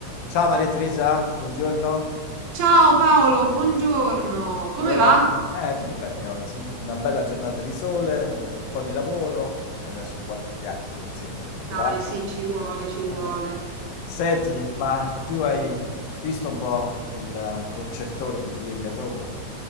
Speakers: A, on the left (about 80°); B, on the right (about 65°).
A: Ciao Maria Teresa, buongiorno,
B: Ciao Paolo, buongiorno. Come
A: come va?
B: va?
A: Eh, tutto bene oggi, una bella giornata di sole, eh, un po' di lavoro e adesso quattro chiacchiere insieme, ti
B: Dai,
A: va?
B: sì, ci vuole, ci vuole.
A: <laughs> Senti, ma tu hai visto un po' il concertone di ieri a Roma?